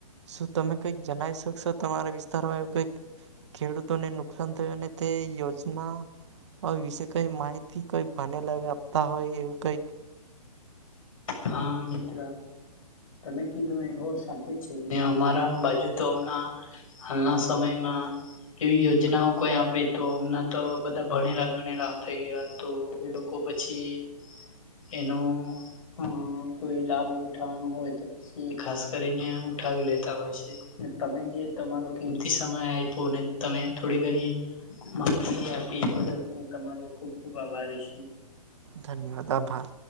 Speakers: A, on the right; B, on the left.
A: શું તમે કઈક જણાવ શકશો તમારા વિસ્તારમાં એવું કઈક ખેડૂતોને નુકસાન થયું અને તે યોજના, વિશે કઈ માહિતી કઈ બનેલા આપતા હોય એવું કઈક
B: હા મિત્ર. તમે કીધું એ બ સાચું છે અમારા બાજુ તો હમણાં. હાલના સમમયમાં એવી યોજનાઓ કોઈ આપે તો અમના તો બધા ભણેલા ગણેલા થઈ ગયા તો એ લોકો પછી, એનો અ કોઈ લાભ ઉઠાવાનો હોય તો ખાસ કરીને ઉઠાવી લેતા હોય છે. તમે જે તમારો કિંમતી સમય આપ્યો ને તમે થોડી ઘણી માહિતી આપી એ બદલ હું તમારો ખુબ ખુબ આભારી છું.
A: ધન્યવાદ આભાર.